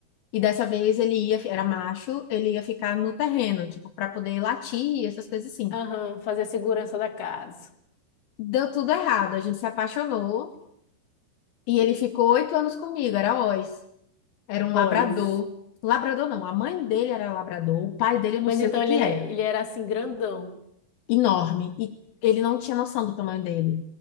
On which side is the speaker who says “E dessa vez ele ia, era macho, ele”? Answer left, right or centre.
Left